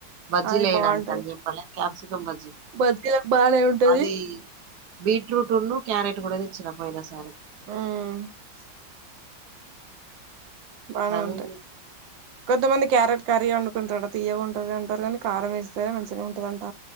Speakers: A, on the right; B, on the right.
A: బజ్జీలు
B: అది
A: వేయడానికి
B: బాగుంటది
A: అని చెప్పాలె క్యాప్సికం బజ్జీ
B: బజ్జీలకు బానే ఉంటది
A: అది బీట్రూట్ నూ క్యారెట్ కూడా తెచ్చినా పోయిన సారి
B: ఉమ్ బానే
A: అవి
B: ఉంటాయి కొంతమంది క్యారెట్ కర్రీ వండుకుంటారు తీయగా ఉంటది అంటారు కానీ కారం వేస్తే మంచిగా ఉంటుదంటా